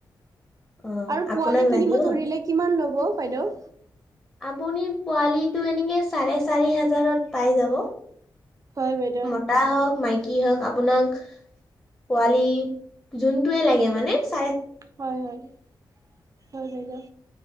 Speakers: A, on the left (about 15°); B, on the right (about 40°).
A: অ
B: আৰু
A: আপোনাক
B: পোৱালি কিনিব
A: লাগিব?
B: ধৰিলে কিমান ল'ব বাইদেউ?
A: আপুনি পোৱালীটো এনেকে চাৰে চাৰি হাজাৰত পাই যাব।
B: হয় বাইদেউ।
A: মতা হওক মাইকী হওক আপোনাক পোৱালি যোনটোয়ে লাগে মানে চ
B: হয় হয় হয় বাইদেউ